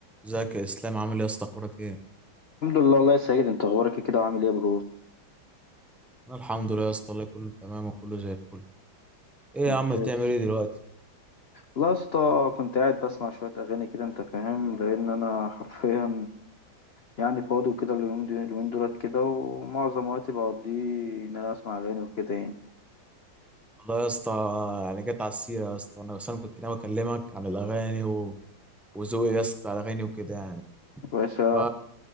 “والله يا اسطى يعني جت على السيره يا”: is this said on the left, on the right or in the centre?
Centre